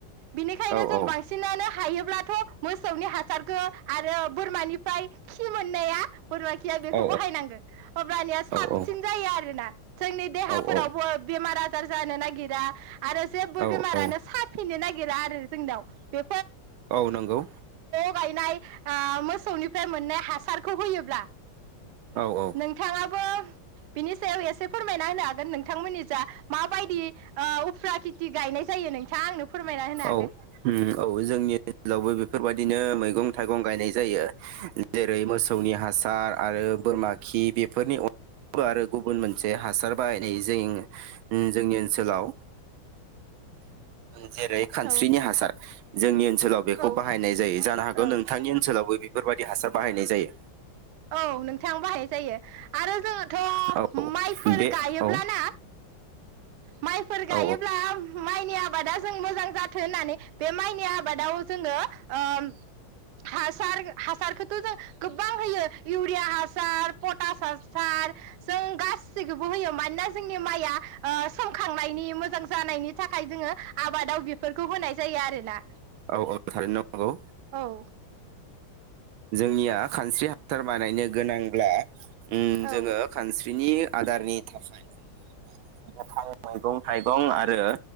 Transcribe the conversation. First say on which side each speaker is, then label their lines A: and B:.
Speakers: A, on the right; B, on the right.
A: बिनिखायनो
B: औ
A: जों
B: औ
A: बांसिनानो हायो ब्लाथ' मोसौनि हासारखो आरो बोरमानिफ्राय खि मोननाया बोरमा खिया बेखौ
B: औ
A: बहायनांगो अब्लानिया साबसिन
B: औ
A: जायो आरोना जोंनि देहाफोरावबो
B: औ
A: बेमारा जार जानो नागिरा आरो जेबो
B: औ
A: बेमारानो साफिनो नागि गिरा आरो जोनाव बे
B: औ नोंगौ।
A: गायनाय ओ मोसौनिफ्राय मोननाय हासारखौ होयोब्ला
B: औ औ
A: नोंथाङाबो बिनि सायाव एसे फोरमायना होनो हागोन नोंथांमोननि जा माबायदि ओ उफ्रा खेथि गायनाय जायो नोंथाङा आंनो फोरमायना होनो हागोन
B: औ उम औ जोंनि <unintelligible> फोरबायदिनो मैगं थाइगं गायनाय जायो जेरै मोसौनि हासार आरो बोरमा खि बेफोरनि <unintelligible> आरो गुबुन मोनसे हासार बाहायनाय जों जोंनि ओनसोलाव। जेरै खानस्रिनि
A: औ
B: हासार जोंनि ओ ओनसोलाव बेखौ
A: औ
B: बाहायनाय जायो जानो हागौ
A: औ
B: नोंथांनि ओनसोलावबो बि बेफोरबायदि हासार बाहायनाय जायो
A: औ नोंथां बाहाय जायो आरो जोङोथ
B: औ
A: माइफोर
B: बे
A: गायोब्लाना
B: औ
A: माइफोर गायोब्ला
B: औ
A: <unintelligible> माइनि आबादा जों मोजां जाथो होननानै बे माइनि आबादाव जोङो ओम हासार हासारखोथ जों गोबां होयो इउरिया हासार पटास हासार जों गासिखौबो होयो मानोना जोंनि माइया ओ सोमखांनायनि मोजां जानायनि थाखाय जोङो आबादाव बेफोरखौ होनाय जायो आरोना
B: औ औ थारैनो नंगौ
A: औ
B: जोंनिया खानस्रि हासार बानायनो गोनांब्ला उम
A: औ
B: जोङो खानस्रि बिनि आदारनि थाखाय <inaudible> गोथां मैगं थाइगं आरो